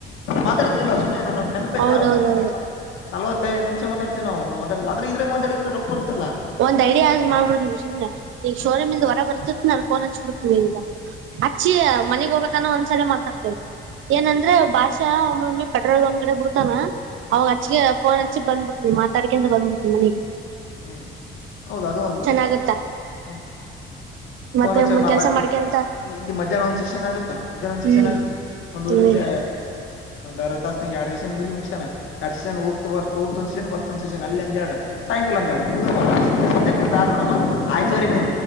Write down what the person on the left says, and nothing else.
ಮಾತಾಡಿದಿಲ್ಲ ಸುಮ್ಮನೆ ನೆನಪಾಯತ
ನಂದ್ ಸಲ ಮಾತಾ ನವತ್ತೈದು ನಿಮಿಷ ಮಾತಾಡ್ತತಿವಿ ನಾವು ಆದ್ರೆ ಇದ್ರಾಗ ಒಡ್ರ ರೊಕ್ ಬರ್ತಲ್ಲ
ಹ್ಮ್
ಹ್ಮ್ ಹ್ಮ್
ಹ್ಮ್
ಹ್ಮ್ ಹೌದ ಅದು ಒಂದು
ಹ್ಮ್
ಫೋನ್ ಹಚ್ಚ ಮಾಮಿ
ಇಲ್ಲಿ ಮಧ್ಯಾಹ್ನ ಒಂದ್ ಸೆಷನ್ ಆಗತ್ತಾ ಮಧ್ಯಾಹ್ನ ಒಂದ್ ಸೆಷನ್
ಆಗತ್ತಾ ಒಂದ್ ಊರಿಂದ
ಅರ ತಾಸ ನೀ ಎರಡ್ಷನ ಮಲ್ ಮುಗಸಾನ ಎಡ್ಷನ ಹೋಗ್ತ ಬತ ಹೋಗ್ತ ಒಂದ ಸೀಷನ್ ಬರ್ತ ಒ ಸೀಷನ್ ಅಲ್ಲಿ ಅಂದರಡ ಸಾಯಂಕಾಲ ಅಂತರಡದ ಸ ಸ ಕತಾರೋಣವ ಆಯ್ತವಾರರೆ